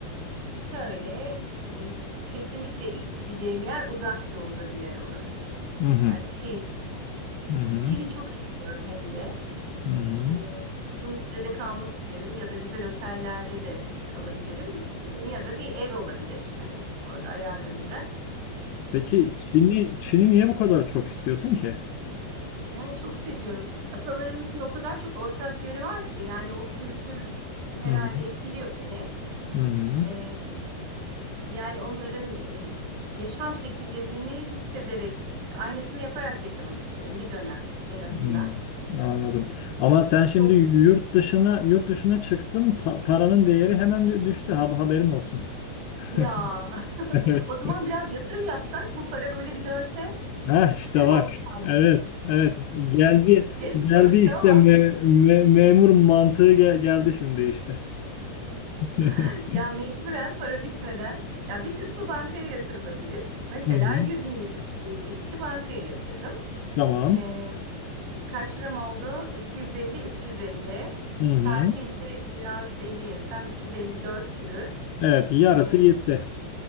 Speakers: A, on the right; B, on the left.
A: şöyle m, kesinlikle ilk gideceğim yer uzak doğuda bir yer olur.
B: Hı hı.
A: Yani Çin.
B: Hı hı.
A: Çin'i çok istiyorum hem de.
B: Hı hı.
A: E, uzun bir sürede kalmak isterim ya da güzel otellerde de kalabilirim ya da bir ev olabilir. Hani orada ayarlanacak.
B: Peki Çin'i Çin'i niye bu kadar çok istiyorsun ki?
A: Ya çok seviyorum. Atalarımızın o kadar çok ortak yönü var ki yani o kültür herhalde
B: Hı hı.
A: etkiliyor beni.
B: Hı hı.
A: Ee, yani onların e, yaşam şekillerini hissederek aynısını yaparak yaşamak isterim bir dönem en azından.
B: Hı. Anladım. Ama sen şimdi
A: Çok
B: yurt dışına yurt dışına çıktın, pa- paranın değeri hemen dü- düştü. Ha- haberin olsun. <laughs>
A: ya <laughs>
B: Evet.
A: o zaman biraz yatırım yapsak bu para böyle bir dönse
B: Ha işte
A: değil
B: bak.
A: mi? O da fazla.
B: Evet, evet. Geldi
A: Geç
B: geldi
A: çalıştı
B: işte
A: ama
B: me- me- memur mantığı gel- geldi şimdi işte. <laughs>
A: <laughs> ya mecburen para bitmeden ya bir kısmı bankaya yatırılabilir. Mesela
B: Hı hı.
A: 100 milyon diyelim ki bankaya yatırdım.
B: Tamam.
A: Ee, kaç liram oldu? 250, 350.
B: Hı hı.
A: Tatilde biraz 50 yesem 350, 400.
B: Evet, yarısı
A: Ee,
B: yetti.